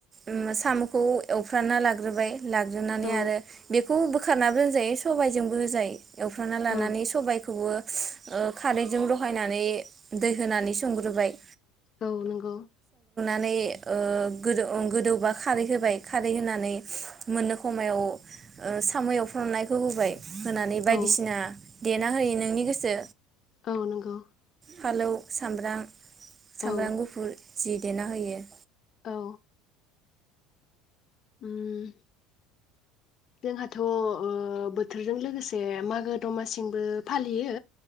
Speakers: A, on the right; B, on the left.
A: ओम साम'खौ एवफ्राना लाग्रोबाय लाग्रोनानै
B: औ
A: आरो बेख खौ बोखारनाबो होनजायो सबायजोंबो होजायो। एवफ्राना लानानै
B: औ
A: सबायखौबो ओ खारैजों रहायनानै दै होनानै संग्रोबाय।
B: औ नंगौ,
A: नै ओ गोदौ ओं गोदौबा खारै होबाय खारै होनानै मोननो खमायाव ओ साम'एवफ्रामनायखौ होबाय। होनानै बायदिसिना
B: औ
A: देना होयो नोंनि गोसो
B: औ नंगौ,
A: फालौ सामब्राम सामब्राम
B: औ
A: गुफुर जि देना होयो।
B: औ ओम जोंहाथ' ओ बोथोरजों लोगोसे मागो- दमासिमबो फालियो।